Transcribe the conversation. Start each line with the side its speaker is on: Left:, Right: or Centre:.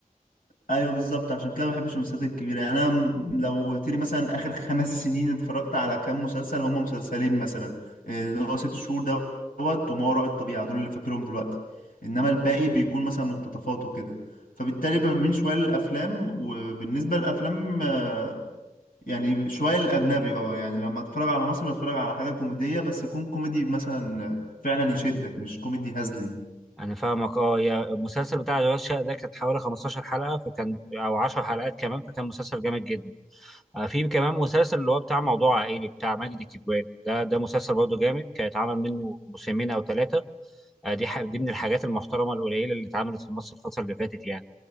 Left: ايوه بالظبط عشان كده ما بحبش المسلسلات الكبيره يعني انا م- لو قلت لي مثلا اخر خمس سنين اتفرجت على كام مسلسل هم مسلسلين مثلا إيه، اللي هو ست شهور دوت وما وراء الطبيعه دول اللي فاكرهم دلوقتي انما الباقي بيكون مثلا مقتطفات وكده فبالتالي بميل شويه للافلام وبالنسبه للافلام آه، يعني شوية الأجنبي اه يعني لما أتفرج على مصري بتفرج على حاجة كوميدية بس يكون كوميدي مثلا فعلا يشدك مش كوميدي هزلي
Centre: أنا فاهمك أه يا المسلسل بتاع أشغال شقة ده كانت حوالي 15 حلقة فكان أو 10 حلقات كمان فكان مسلسل جامد جدا آه في كمان مسلسل اللي هو بتاع موضوع عائلي بتاع ماجد الكدواني ده ده مسلسل برضه جامد كان اتعمل منه موسمين أو ثلاثة آه دي ح- دي من الحاجات المحترمة القليلة اللي اتعملت في مصر الفترة اللي فاتت يعني